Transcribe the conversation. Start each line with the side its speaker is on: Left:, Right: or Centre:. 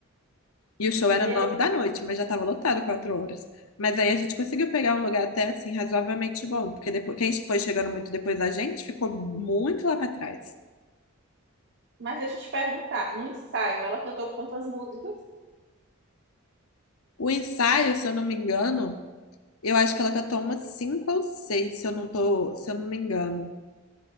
Left: E o show era
Right: Meu,
Left: nove da noite, mas já estava lotado quatro horas. Mas aí a gente conseguiu pegar um lugar até assim razoavelmente bom, porque depois quem foi chegando muito depois da gente ficou muito lá para trás.
Right: mas deixa eu te perguntar, no ensaio ela cantou quantas músicas?
Left: O ensaio, se eu não me engano, Eu acho que ela catou umas cinco ou seis, se eu não tô, se eu não me engano.